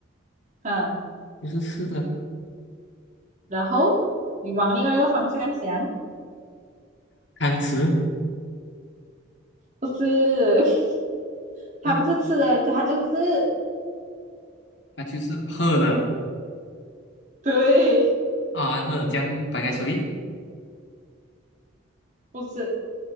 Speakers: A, on the right; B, on the left.
A: 嗯，
B: 不是吃的。
A: 然后你往另外一个方向想，
B: 汤匙，
A: 不是，<laughs> 他不是吃的，
B: 哦，
A: 他就是
B: 它就是喝的
A: 对，
B: 啊，喝的江白开水
A: 不是